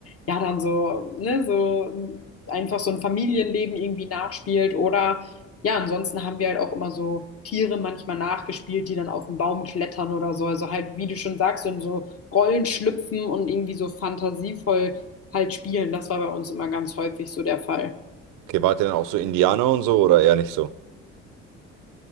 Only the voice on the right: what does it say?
Okay, wart ihr dann auch so Indianer und so oder eher nicht so?